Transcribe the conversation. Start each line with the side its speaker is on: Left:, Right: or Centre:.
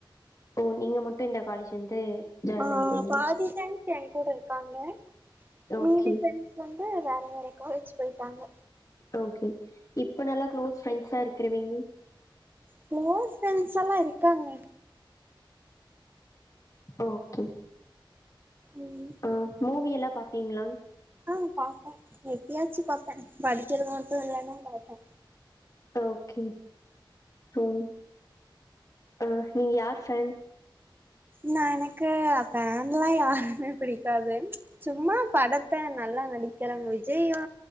Left: ஓ நீங்க மட்டு இந்த காலேஜ் வந்து ஜாயின்
Right: ஆ
Left: பண்ணிட்டீங்களா
Right: பாதி ஃப்ரெண்ஸ் எங்கூட இருக்காங்க
Left: ஓகே
Right: மீதி ஃப்ரெண்ஸ் வந்து வேற வேற காலேஜ் போய்ட்டாங்க
Left: ஓகே இப்ப நல்ல க்ளோஸ் ஃப்ரெண்ட்ஸ்ஸா இருக்கறவீங்க
Right: குளோஸ் ஃப்ரெண்ட்ஸ் எல்லா இருக்காங்க
Left: ஓகே
Right: ம்
Left: அ மூவியெல்லா பாப்பீங்ளா
Right: ஆ பாப்பே எப்பயாச்சி பாப்பே படிக்கிறது மட்டு இல்லனா பாப்பே
Left: ஓகே ம் அ நீங்க யார் ஃபேன்
Right: நா எனக்கு பேன்ல்லா யாருமே புடிக்காது சும்மா படத்த நல்லா நடிக்கிற விஜய்யு